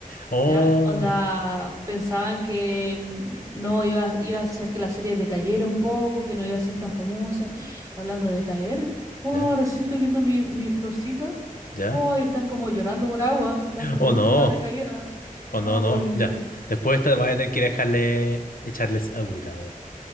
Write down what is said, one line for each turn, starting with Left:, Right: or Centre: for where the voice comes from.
Left: Oh,
Right: Ya, onda, pensaban que n- no iba, iba a hacer que la serie decayera un poco, que no iba a ser tan famosa. <gasps> Hablando de caer, wow,
Left: ya,
Right: recién estoy viendo mi- mis florcitas.
Left: ya.
Right: Wow, y están como llorando por agua, están como
Left: Oh,
Right: ultra
Left: no,
Right: decaídas.
Left: oh,
Right: Wow,
Left: no, no,
Right: pobrecitas.
Left: ya. Después te vas a tener que dejarle, echarles agüita, amor.